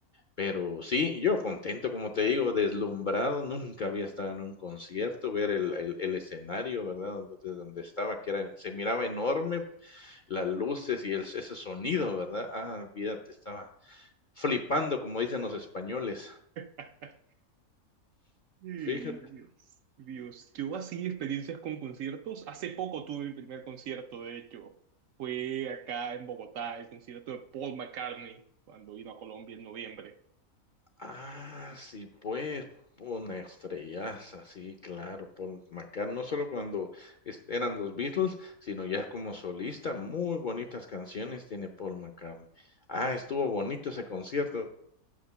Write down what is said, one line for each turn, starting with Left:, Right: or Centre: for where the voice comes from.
Left: Pero sí, yo contento, como te digo, deslumbrado, nunca había estado en un concierto, ver el, el- el escenario, ¿verdad? Donde, donde estaba, que era, se miraba enorme, las luces y el, ese sonido, ¿verdad? Ah, olvídate, estaba flipando, como dicen los españoles.
Right: <laughs> Ey,
Left: Fíjate.
Right: Dios, Dios. Yo así experiencias con conciertos. Hace poco tuve mi primer concierto, de hecho. Fue acá en Bogotá, el concierto de Paul McCartney, cuando vino a Colombia en noviembre.
Left: Ah, sí, pues, una estrellaza, sí, claro, Paul McCartney, no solo cuando es- eran los Beatles, sino ya como solista, muy bonitas canciones tiene Paul McCartney. Ah, estuvo bonito ese concierto,